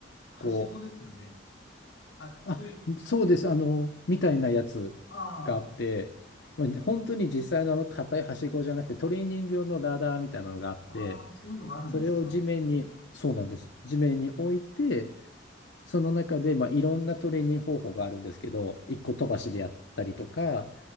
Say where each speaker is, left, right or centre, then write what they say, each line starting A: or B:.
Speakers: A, on the left; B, on the left.
A: はしごですよね。
B: こう、
A: あ、
B: あ、
A: そういう、
B: そうです。あの、みたいなやつがあって、
A: ああ。
B: まあ本当に実際のあの硬いはしごじゃなくてトレーニング用のラダーみたいなのがあって、
A: ああ、そういうのがあるんですか。
B: それを地面に、そうなんです。地面に置いて、その中で、まあ、いろんなトレーニング方法があるんですけど、一個飛ばしでやったりとか、